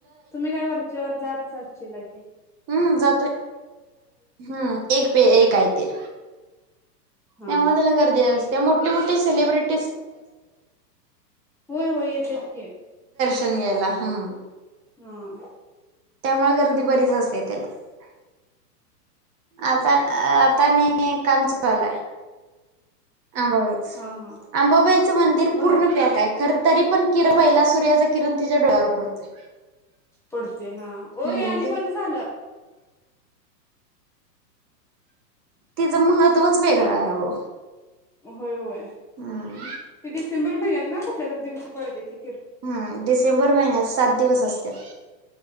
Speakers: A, in the centre; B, on the right.
A: तुम्ही काय वरचेवर जातच ची लागे
B: हम्म जातोय हम्म एक पे एक आहेय ते
A: हा
B: त्यामुळे त्याला गर्दी असते. त्या मोठी मोठे सेलब्रटी
A: होय-होय येतेत की
B: तिथून गेला हम्म
A: हम्म
B: त्यामुळे गर्दी बरीच असते त्याला आता आता नी काम चालय आंबाबाईच
A: हा हा
B: आंबाबाईचं मंदिर
A: होय
B: पूर्ण बॅक हाय खर तरी पण किरण पहिला सूर्याचा किरण तिच्या डोळ्यावर पडतोय.
A: पडते हा ओ हे
B: हम्म
A: आणि बंद झालं.
B: तिचं महत्त्वच वेगळं आहे हो.
A: होय होय.
B: हम्म
A: ते दिसंबर महिन्यात ना कुठल्या तरी दिवशी पडतय ते
B: हम्म. डिसेंबर महिन्यात सात दिवस असत्यात.